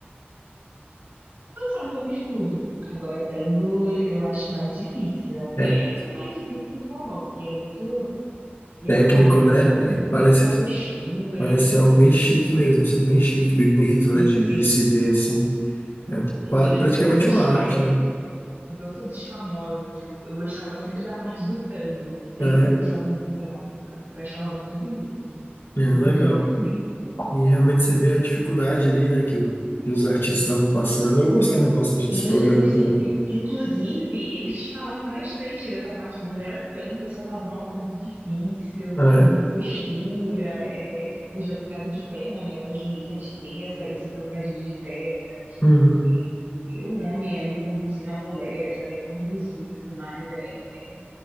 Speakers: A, on the right; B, on the left.
A: Dançar um pouco de tudo. Agora, tango eu acho mais difícil, até
B: É
A: mais difícil que o forró, porque é muito detalhe,
B: técnico, né?
A: né? Muito,
B: É, parece,
A: é muita postura.
B: parece ser algo bem chique mesmo. Bem chique, bem bonito,
A: Sim,
B: né? De,
A: sim.
B: de se ver assim. É qua-
A: Eu lembro
B: praticamente
A: que eu assistia
B: uma arte, né?
A: é, Dança dos Famosos, assim, eu, eu gostava sempre da parte do tango,
B: É,
A: sempre gostava muito da parte do tango, que eu achava muito bonito, assim,
B: é
A: muito
B: legal.
A: bonito mesmo.
B: E realmente você vê a dificuldade ali, né, que, o- que os artistas estavam passando. Eu gostava bastante desse
A: Sim,
B: programa
A: sim.
B: também.
A: Inclusive, eles falavam bastante dessa parte. Quando era tango, o pessoal falava, nossa, é muito difícil.
B: Ah, é?
A: postura, é, é jogada de perna, né, para as meninas que tem essa, esse trocadilho de perna,
B: Uhum.
A: e o homem ali conduzindo a mulher, saber conduzir e tudo mais, é, é,